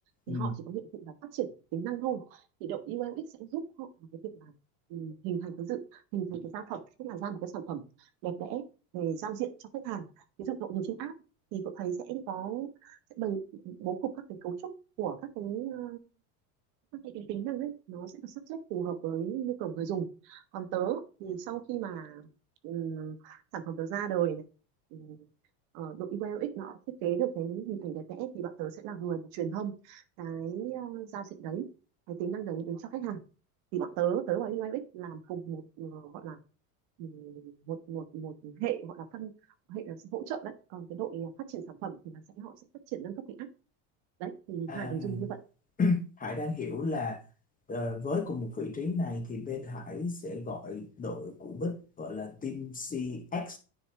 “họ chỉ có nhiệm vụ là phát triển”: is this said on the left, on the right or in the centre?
Right